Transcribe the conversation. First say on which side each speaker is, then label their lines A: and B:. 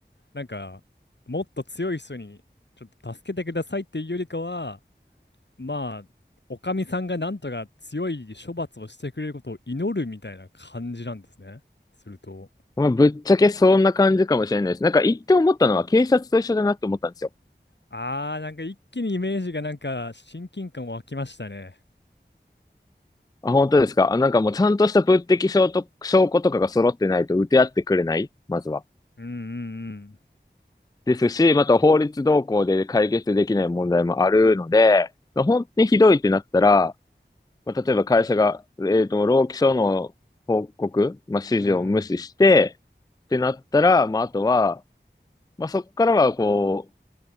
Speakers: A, on the left (about 70°); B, on the left (about 20°).
A: なんか、もっと強い人に、ちょっと助けてくださいっていうよりかは、まあ、おかみさんがなんとか強い処罰をしてくれることを祈るみたいな感じなんですね。すると。
B: まあ、ぶっちゃけそんな感じかもしれないです。なんか言って思ったのは警察と一緒だなって思ったんですよ。
A: あー、なんか一気にイメージがなんか、親近感湧きましたね。
B: あ、本当ですか。あ、なんかもうちゃんとした物的証と、証拠とかが揃ってないと打て合ってくれない、まずは。
A: うんうん
B: ですし、また法律動向で解決できない問題もあるので、本当にひどいってなったら、まあ、例えば会社が、えっと、労基署の報告、まあ、指示を無視して、
A: うん。
B: ってなったら、まあ、あとは、まあ、そこからは、こ